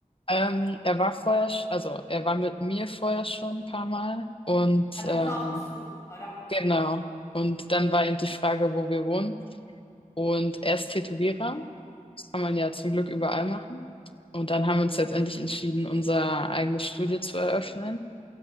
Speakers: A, on the left; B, on the left.
A: Ähm, er war vorher, sch- also er war mit mir vorher schon ein paar Mal und
B: Aber
A: ähm,
B: nur auf Besuch, oder?
A: genau. Und
B: Hm.
A: dann war eben die Frage, wo wir wohnen. Und er ist Tätowierer Das kann man ja zum Glück überall machen. Und dann haben wir uns letztendlich entschieden, unser eigenes Studio zu eröffnen.